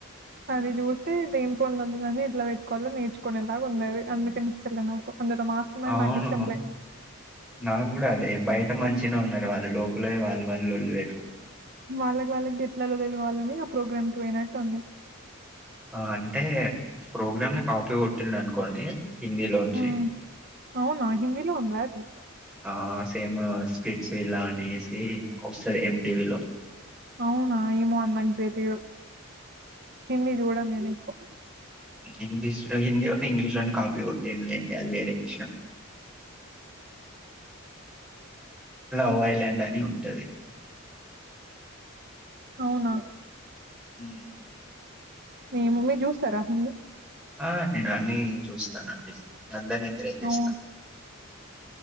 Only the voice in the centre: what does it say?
అవును
నాకు కూడా అదే బయట మంచినే ఉన్నారు వాళ్లు లోప ళ్ వాల్ వాల్ లొల్లి పె
ఆ అంటే ప్రోగ్రామ్ ని కాపీ కొట్టింది అనుకోండి హిందీలోంచి
ఆ సేమ్ స్క్రిట్ లా అనేసి వస్తది ఎం టివిలో
ఇంగ్లీష్ హిందీవోడు ఇంగ్లీషోడ్ని కాపీ కొట్టిండు లే అది వేరే విషయం లవ్ ఐలాండ్ అని ఉంటది
ఉమ్
ఆ నేను అన్ని చూస్తానండి అందరినీ ఎంకరేజ్ జేస్తా